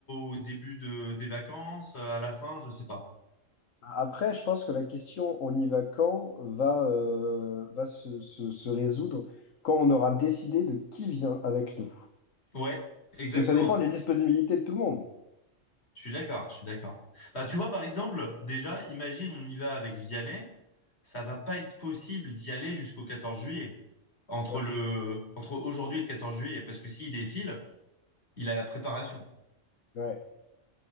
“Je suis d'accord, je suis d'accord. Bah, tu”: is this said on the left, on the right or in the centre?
Left